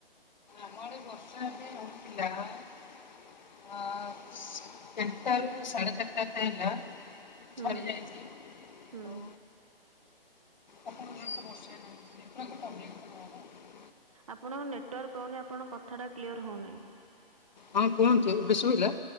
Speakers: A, on the left; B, on the right.
A: ଆମ ଆଡ଼େ ବର୍ଷା ଏବେ ରହିଥିଲା। ଅ ସ୍ ତିଣ୍ଟାରୁ ସାଢ଼େ ଚାର୍ଟା ଯାତେ ହେଲା।
B: ହୁଁ
A: ଛାଡି ଯାଇଛି ଆଉ
B: ହୁଁ।
A: ଆପଣଙ୍କ ଗାଁରେ ତ ବର୍ଷା ନାହିଁ ନେଟୱାର୍କ ପ୍ରୋବ୍ଲେମ ତ ନୁହେଁ ନା।
B: ଆପଣଙ୍କ ନେଟୱାର୍କ ପାଉନି ଆପଣଙ୍କ କଥା ଟା କ୍ଲିଅର ହୋଉନେଇଁ।
A: ହଁ କୁହନ୍ତୁ ଏବେ ସୁବିଲା?